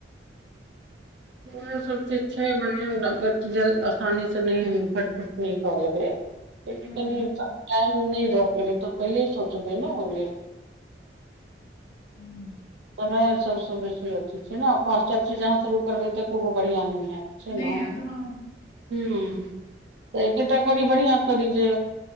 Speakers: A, on the right (about 75°); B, on the left (about 85°).
A: इहो सब चीज <unintelligible> जल स्थानी से नहि फटफट नै निकाल <unintelligible>
B: हम्म
A: टाइम नै द पेै तो पहिले सोचो भ न ओ लेल
B: हूँ
A: पताए सबसँ बेसी अथी छै ने पाँचटा चीज अहाँ शुरू करबै तऽ एकगो बढ़िआँ नहि हयैत छै
B: नहि
A: नऽ
B: याद हँ
A: हू तऽ एकेटा करी बढ़िआँ करी जे